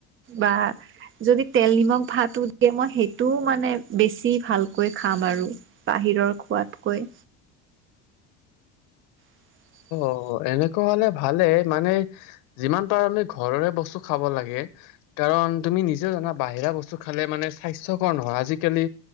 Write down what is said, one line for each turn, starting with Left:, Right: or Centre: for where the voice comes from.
Right: বা যদি তেল নিমখ ভাতো দিয়ে মই সেইটোও মানে বেছি ভালকৈ খাম আৰু ভিৰৰ খোৱাতকৈ <unintelligible>
Left: অ', এনেকুৱা হলে ভালে মানে যিমান পাৰো আমি ঘৰৰে বস্তু খাব লাগে কাৰণ তুমি নিজেও জানা বাহিৰা বস্তু খালে মানে স্বাস্থ্যকৰ নহয়, আজিকালি